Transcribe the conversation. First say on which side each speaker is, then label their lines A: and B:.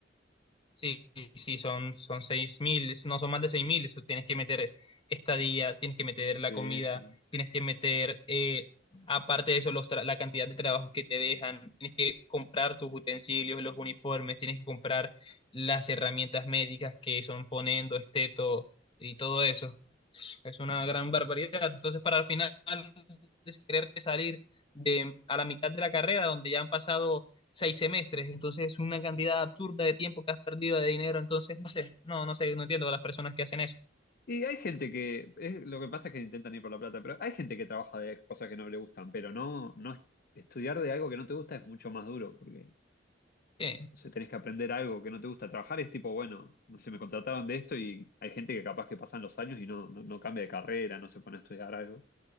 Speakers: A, on the left (about 30°); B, on the left (about 50°).
A: sí, sí, son, son seis mil, no son más de seis mil, eso tienes que meter estadía, tienes que meter la
B: Sí,
A: comida,
B: sí.
A: tienes que meter, eh, aparte de eso, los tra- la cantidad de trabajos que te dejan, tienes que comprar tus utensilios, los uniformes, tienes que comprar las herramientas médicas que son fonendo, esteto y todo eso. Es una gran barbaridad. Entonces, para al final es quererte salir de, a la mitad de la carrera, donde ya han pasado seis semestres, entonces es una cantidad absurda de tiempo que has perdido de dinero, entonces no sé, no, no sé, no entiendo a las personas que hacen eso.
B: Y hay gente que, es- lo que pasa es que intentan ir por la plata, pero hay gente que trabaja de cosas que no le gustan, pero no, no es- estudiar de algo que no te gusta es mucho más duro, porque
A: Sí,
B: no sé, tenés que aprender algo que no te gusta. Trabajar es tipo, bueno, no sé, me contrataron de esto y hay gente que capaz que pasan los años y no, no, no cambia de carrera, no se pone a estudiar algo